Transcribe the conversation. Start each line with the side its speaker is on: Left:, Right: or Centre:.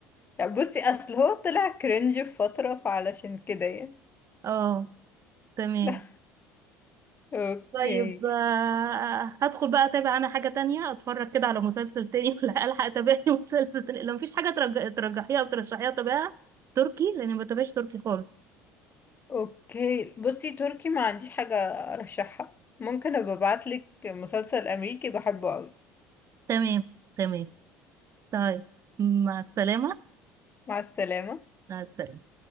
Left: لا بصي اصل هو طلع كرنج في فترة فعلشان كده يعني
Right: اه تمام
Left: <laughs> اوكي
Right: طيب آه، هدخل بقى اتابع انا حاجة تانية اتفرج كده على مسلسل تاني <laughs> ولا الحق اتابع لي مسلسل تاني لو مفيش حاجة ترج... ترجحيها او ترشحيها اتابعها تركي لاني ما بتابعش تركي خالص
Left: اوكي بصي تركي ما عنديش حاجة ارشحها ممكن ابقى ابعتلك مسلسل امريكي بحبه قوي
Right: تمام تمام طيب مع السلامة
Left: مع السلامة
Right: مع السلامة